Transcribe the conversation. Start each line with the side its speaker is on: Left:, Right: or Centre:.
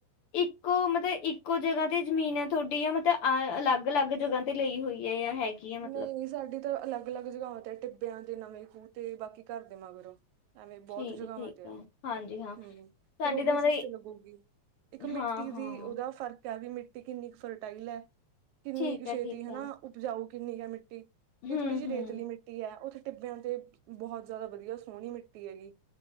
Left: ਇੱਕੋ ਮਤਲਬ ਇੱਕੋ ਜਗ੍ਹਾ ਤੇ ਜ਼ਮੀਨ ਹੈ ਤੁਹਾਡੀ ਆ ਮਤਲਬ, ਅ ਅਲੱਗ-ਅਲੱਗ ਜਗ੍ਹਾ ਤੇ ਲਈ ਹੋਈ ਹੈ ਆ ਹੈ, ਮਤਲਬ
Right: ਨਹੀਂ ਸਾਡੀ ਤਾਂ ਅਲੱਗ-ਅਲੱਗ ਜਗ੍ਹਾ ਤੇ ਟਿੱਬ ਬਿਆਂ ਤੇ ਨਵੇਂ ਖੂਹ ਤੇ ਬਾਕੀ ਘਰ ਦੇ ਮਗਰੋਂ, ਐਵੇਂ ਬਹੁਤ
Left: ਠੀਕ
Right: ਜਗਗਾਵਾਂ
Left: ਠੀਕ
Right: ਤੇ
Left: ਹੈ
Right: ਆ
Left: ਹਾਂਜੀ ਹਾਂ
Right: ਹੂੰ ਫਿਰ
Left: ਸਾਡੀ
Right: ਉਹ ਬਸਿਸ
Left: ਤਾਂ ਮਤਲਬ
Right: ਤੇ ਲੱਗੂਗੀ ਇੱਕ ਮਿੱਟੀ
Left: ਹਾਂ-ਹਾਂ
Right: ਦੀ ਉਹਦਾ ਫਰਕ, ਕ ਵੀ ਮਿੱਟੀ ਕਿੰਨੀ ਕੁ ਫਰਟਾਈਲ ਹੈ। ਕਿੰਨੀ
Left: ਠੀਕ
Right: ਕੁ ਛੇਤੀ
Left: ਹੈ ਠੀਕ
Right: ਹਨਾ
Left: ਹੈ
Right: ਉਪਜਾਊ, ਕਿੰਨੀ ਕੁ ਮਿੱਟੀ, ਟੀ
Left: ਹੂੰ-ਹੂੰ
Right: ਇਹ ਥੋੜੀ ਜਿਹੀ ਰੇਤਲੀ ਮਿੱਟੀ ਹੈ ਉਹ ਟਿੱਬਿਆਂ ਤੇ ਬਹੁਤ ਜ਼ਿਆਦਾ ਵਧੀਆ ਸੋਹਣੀ ਮਿੱਟੀ ਹੈਗੀ।